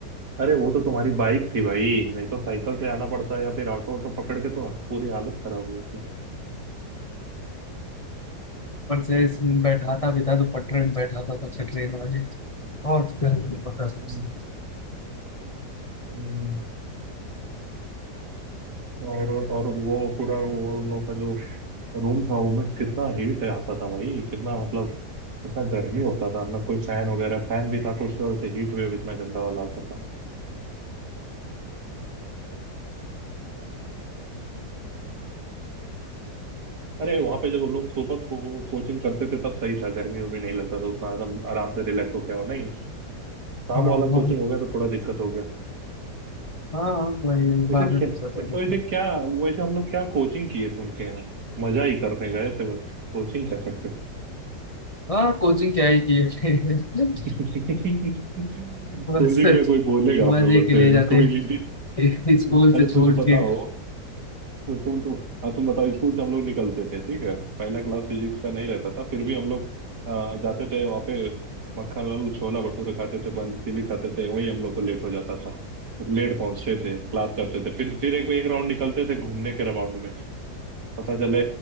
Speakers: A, on the right; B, on the left.
A: अरे वो तो तुम्हारी बाइक थी भाई नहीं तो साइकिल से आना पड़ता या फिर ऑटो ऑटो पकड़ के तो पूरी हालत खराब हो जाती
B: पर से इसमें बैठा था भी था तो पटरे में बैठा था तब से ट्रेन वाली और तो कहीं नहीं पता था
A: हम्म,
B: उसे।
A: हम्म। और और वो पूरा वो उन लोग का जो रूम था वो में कितना हीट आता था भाई कितना मतलब इतना गर्मी होता था ना कोई फैन वगैरह फैन भी था तो उससे वजह से हीट वेव इतना गंदा वाला आता था अरे वहां पे जब हम लोग सुबह को, कोचिंग करते थे तब सही था गर्मी भी नहीं लगता था उतना आराम आराम से रिलैक्स हो गया नहीं शाम
B: हाँ
A: वाला
B: हाँ
A: कोचिंग हो गया तो थोड़ा दिक्कत हो गया
B: हाँ, वही बाद
A: वैसे
B: में
A: क्या
B: दूसरा पता
A: तो वैसे
B: था
A: क्या वैसे हम लोग क्या कोचिंग किए थे उनके यहाँ मजा ही करने गए थे बस कोचिंग क्या करते
B: हाँ कोचिंग क्या ही की है <laughs>
A: <laughs>
B: बस
A: कोचिंग का कोई बोलेगा
B: मजे
A: आप लोगों
B: के
A: से
B: लिए जाते
A: कोई
B: हैं।
A: अच्छा
B: स्कूल से छोड़
A: तुम लोग
B: के
A: बताओ तो तुम तो हाँ तुम बताओ स्कूल से हम लोग निकलते थे ठीक है पहला क्लास फिजिक्स का नहीं रहता था फिर भी हम लोग अ, जाते थे वहाँ पे मक्खन लाल छोला भटूरे खाते थे पानी पूरी खाते थे वही हम लोग को लेट हो जाता था लेट पहुंचते थे क्लास करते थे फिर फिर एक एक राउंड निकलते थे घूमने के राउंड में पता चले